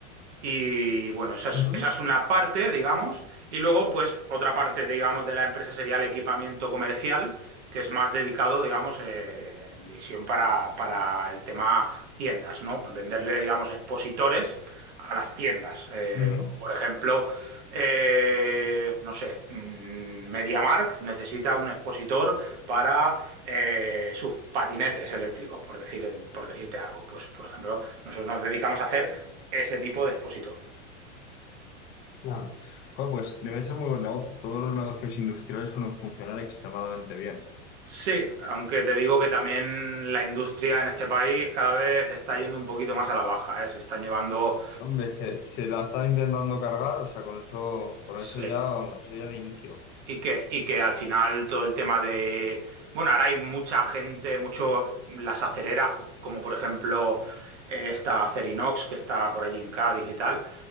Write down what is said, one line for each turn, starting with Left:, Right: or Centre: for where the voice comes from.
Right: y bueno, esa es,
Left: ujú,
Right: esa es una parte, digamos, y luego pues otra parte, digamos, de la empresa sería el equipamiento comercial, que es más dedicado, digamos, eh, en visión para, para el tema tiendas, ¿no? Venderle, digamos, expositores a las tiendas, eh,
Left: ujú.
Right: como por ejemplo, eh, no sé, mm, MediaMarkt necesita un expositor para eh, sus patinetes eléctricos, por decir, por decirte algo. Pues, por ejemplo, nosotros nos dedicamos a hacer ese tipo de expositor.
Left: Claro. Joder, pues debe ser muy buen negocio. Todos los negocios industriales suelen funcionar extremadamente bien.
Right: Sí, aunque te digo que también la industria en este país cada vez está yendo un poquito más a la baja, ¿eh? Se están llevando,
Left: Hombre, se, se la está intentando cargar, o sea, con eso, con
Right: sí,
Left: eso ya, vamos, eso ya de inicio.
Right: Y que, y que al final todo el tema de... Bueno, ahora hay mucha gente, mucho las acereras, po- como por ejemplo eh, esta Acerinox que está por allí en Cádiz y tal,